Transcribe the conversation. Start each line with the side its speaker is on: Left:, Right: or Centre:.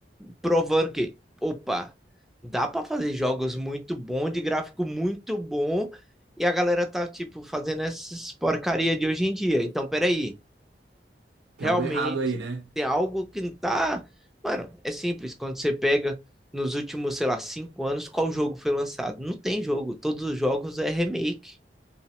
Centre: provando que, opa, dá para fazer jogos muito bom, de gráfico muito bom, e a galera tá, tipo, fazendo essas porcaria de hoje em dia. Então, peraí Realmente
Right: Tem algo errado aí, né?
Centre: tem algo que não tá. Mano, é simples. Quando você pega nos últimos, sei lá, cinco anos, qual jogo foi lançado? Não tem jogo. Todos os jogos é remake.